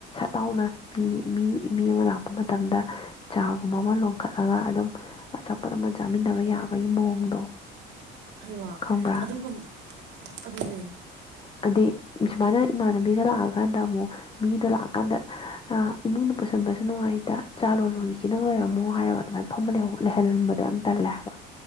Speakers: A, on the left; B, on the right.
A: ꯂꯥꯎꯅ ꯃꯤ ꯃꯤ ꯃꯤ ꯑꯃ ꯂꯥꯛꯄ ꯃꯇꯝꯗ ꯆꯥꯒꯨꯝꯕ ꯑꯃ ꯂꯣꯟꯈꯠꯂꯒ ꯑꯗꯨꯝ ꯑꯆꯥꯛꯄꯣꯠ ꯑꯃ ꯆꯥꯃꯤꯟꯅꯕ ꯌꯥꯕꯒꯤ ꯃꯑꯣꯡꯗꯣ
B: ꯍꯩ ꯃꯥ
A: ꯈꯪꯕ꯭ꯔꯥ
B: ꯑꯗꯨꯒꯨꯝ ꯑꯗꯨꯅꯦ
A: ꯑꯗꯩ ꯁꯨꯃꯥꯏꯅ ꯏꯃꯥꯟꯅꯕꯤꯒ ꯂꯥꯛꯑꯀꯥꯟꯗ ꯑꯃꯨꯛ ꯃꯤꯗ ꯂꯥꯛꯑꯀꯥꯟꯗ ꯑꯥ ꯏꯃꯨꯡꯗ ꯄꯨꯁꯟꯕꯁꯨ ꯅꯨꯡꯉꯥꯏꯇ ꯆꯥ ꯂꯣꯂꯨꯒꯤ ꯈꯤꯇꯪ ꯂꯩꯔꯝꯃꯣ ꯍꯥꯏꯔꯒ ꯑꯗꯨꯃꯥꯏꯅ ꯐ ꯂꯩꯍꯜꯟꯕꯗ ꯑꯗꯨꯝ ꯇꯜꯂꯦ ꯍꯥꯏꯕ